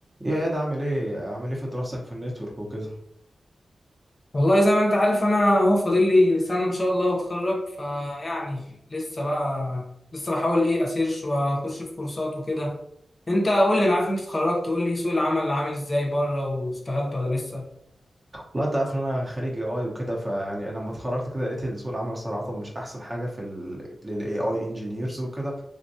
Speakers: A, on the right; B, on the left.
A: يا ياد عامل ايه عامل ايه في دراستك في النتورك وكده
B: والله زي ما انت عارف انا اهو فاضل لي سنه ان شاء الله واتخرج فيعني لسه بقى لسه بحاول ايه اسيرش واخش في كورسات وكده انت قول لي انا عارف انت اتخرجت قول لي سوق العمل اللي عامل ازاي بره واشتغلت ولا لسه
A: والله انت عارف ان انا خريج اي اي وكده فيعني لما اتخرجت كده لقيت إن سوق العمل الصراحه مش احسن حاجه في الاي اي انجينيرز وكده